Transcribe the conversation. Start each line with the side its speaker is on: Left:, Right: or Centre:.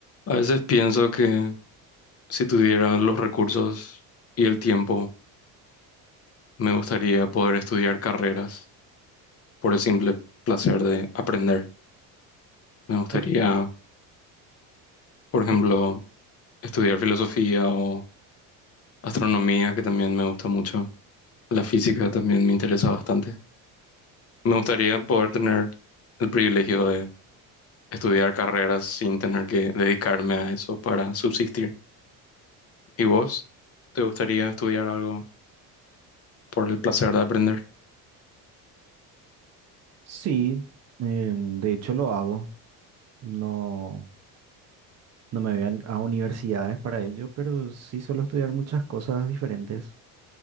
Left: A veces pienso que si tuviera los recursos y el tiempo, me gustaría poder estudiar carreras por el simple placer de aprender. Me gustaría,
Right: Tic,
Left: por ejemplo,
Right: tic.
Left: estudiar filosofía o astronomía, que también me gusta mucho. La física también me interesa bastante. Me gustaría poder tener el privilegio de estudiar carreras sin tener que dedicarme a eso para subsistir. ¿Y vos? ¿Te gustaría estudiar algo por el placer de aprender?
Right: Sí, eh, de hecho lo hago. No, no me vean a universidades para ello, pero sí suelo estudiar muchas cosas diferentes.